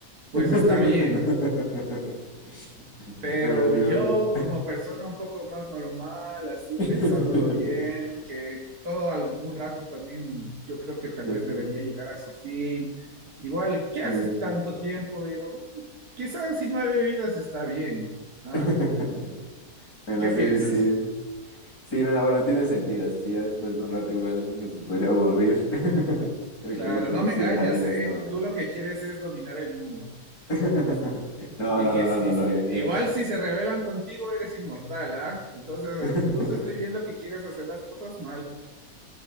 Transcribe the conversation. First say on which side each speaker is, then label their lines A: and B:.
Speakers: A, on the right; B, on the left.
A: pues
B: <laughs>
A: está bien. Pero
B: Bueno, sí, vale.
A: yo como persona un poco más normal, así
B: <laughs>
A: pensándolo bien, que todo algún rato también yo creo que tal
B: Termina.
A: vez debería llegar a su fin. Igual, ¿qué
B: No.
A: haces tanto tiempo? Digo, quizás si nueve vidas está bien. ¿Ah?
B: <laughs> Bueno,
A: ¿Qué
B: sí,
A: piensas?
B: sí. es- Sí, nada, bueno, tiene sentido. Si ya después de un rato igual uno se podría aburrir. <laughs> Creo
A: Claro,
B: que la otra
A: no
B: opción
A: me engañas,
B: también está
A: ¿eh?
B: buena.
A: Tú lo que quieres es dominar el mundo.
B: <laughs> No,
A: Y
B: no,
A: que
B: no,
A: si-
B: no, no, mira.
A: igual si se rebelan contigo eres inmortal, ¿ah? Entonces
B: <laughs>
A: incluso estoy viendo que quieres hacer las cosas mal.